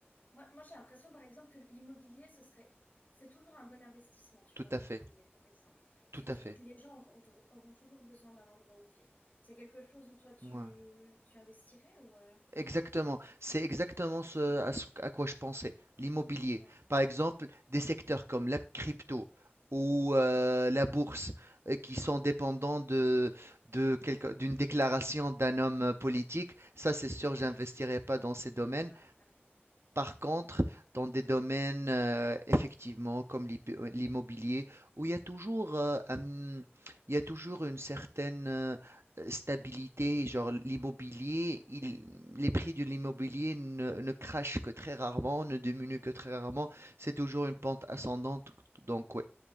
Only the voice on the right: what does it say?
Tout
à fait,
tout
à fait.
Ouais.
Exactement, c'est exactement ce à, ce à quoi je pensais, l'immobilier.
Par exemple, des secteurs comme la crypto ou euh, la bourse euh, qui sont dépendants de, de quelque- d'une déclaration d'un homme euh, politique, ça c'est sûr,
j'investirai pas dans ces domaines,
par contre, dans des domaines, euh, effectivement, comme l'ib- l'immobilier, où il y a toujours, euh, un- il y a toujours une certaine euh, stabilité, genre l'immobilier, il- les prix de l'immobilier ne, ne crachent que très rarement, ne diminuent que très rarement. C'est toujours une pente ascendante. Donc, ouais,